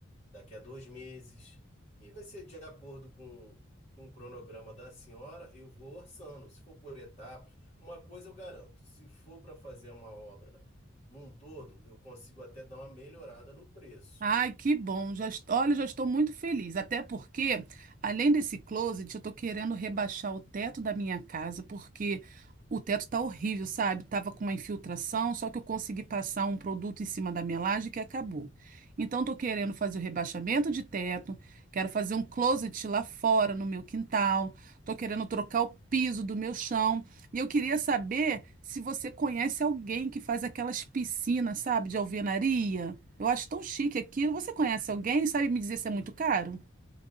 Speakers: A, on the left; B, on the right.
A: daqui a dois meses, e vai ser de acordo com, com o cronograma da senhora, eu vou orçando. Se for por etapas, uma coisa eu garanto, se for para fazer uma obra num todo, eu consigo até dar uma melhorada no preço.
B: Ai, que bom. Já, est- olha, já estou muito feliz. Até porque, além desse closet, eu tô querendo rebaixar o teto da minha casa, porque o teto tá horrível, sabe? Tava com uma infiltração, só que eu consegui passar um produto em cima da minha laje que acabou. Então, tô querendo fazer o rebaixamento de teto, quero fazer um closet lá fora, no meu quintal, tô querendo trocar o piso do meu chão. E eu queria saber se você conhece alguém que faz aquelas piscinas, sabe, de alvenaria. Eu acho tão chique aquilo. Você conhece alguém? Sabe me dizer se é muito caro?